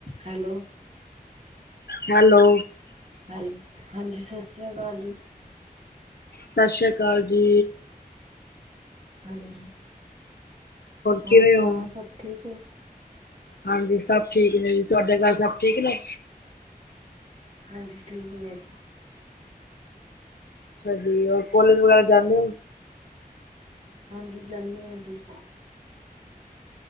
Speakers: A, on the right; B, on the left.
A: Hello
B: hello
A: hello ਹਾਂਜੀ ਸਤਿ ਸ੍ਰੀ ਅਕਾਲ ਜੀ।
B: ਸਤਿ ਸ਼੍ਰੀ ਅਕਾਲ ਜੀ।
A: ਹਾਂਜੀ ਹੋਰ
B: ਕਿਵੇਂ
A: ਸੁਣਾਓ
B: ਹੋ?
A: ਸਭ ਠੀਕ ਏ।
B: ਹਾਂਜੀ ਸਭ ਠੀਕ ਨੇ ਜੀ ਤੁਹਾਡੇ ਘਰ ਸਭ ਠੀਕ ਨੇ।
A: ਹਾਂਜੀ ਠੀਕ ਨੇ ਜੀ।
B: ਅੱਛਾ ਜੀ ਹੋਰ ਕੋਲੇਜ ਵਗੈਰਾ ਜਾਂਦੇ ਨੇ।
A: ਹਾਂਜੀ ਜਾਂਣੀ ਆਂ ਜੀ।